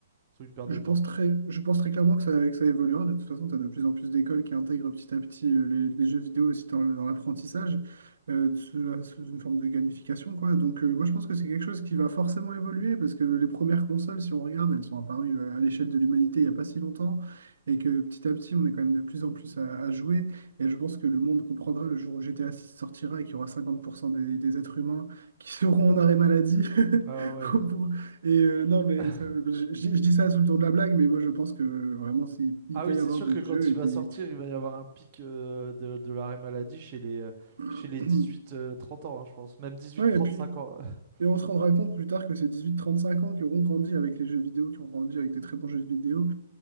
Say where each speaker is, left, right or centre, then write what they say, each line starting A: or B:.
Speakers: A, on the right; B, on the right.
A: sont une perte
B: Je
A: de temps.
B: pense très, je pense très clairement que ça, que ça évoluera. De toute façon, tu as de plus en plus d'écoles qui intègrent petit à petit euh, les, les jeux vidéo aussi dans, le- dans l'apprentissage, euh, sous, la- sous une forme de gamification, quoi. Donc, euh, moi, je pense que c'est quelque chose qui va forcément évoluer parce que les premières consoles, si on regarde, elles sont apparues euh, à l'échelle de l'humanité il n'y a pas si longtemps et que petit à petit, on est quand même de plus en plus à, à jouer. Et je pense que le monde comprendra le jour où GTA 6 sortira et qu'il y aura 50% des, des êtres humains qui seront en arrêt maladie <laughs>
A: Ah ouais.
B: pour, pour et euh, non, mais
A: <laughs>
B: ça- je, je dis ça sous le ton de la blague, mais moi je pense que euh, vraiment, s'il, il
A: Ah
B: peut
A: oui, c'est
B: y avoir
A: sûr
B: des
A: que
B: jeux
A: quand il
B: et des.
A: va sortir, il va y avoir un pic euh, de, de l'arrêt maladie chez les, euh, chez
B: <clears throat>
A: les 18-30 ans, hein, je pense. Même 18-35
B: Ouais, et puis
A: ans. <laughs>
B: et on se rendra compte plus tard que ces dix-huit trente-cinq ans qui auront grandi avec les jeux vidéo, qui ont grandi avec des très bons jeux vidéo,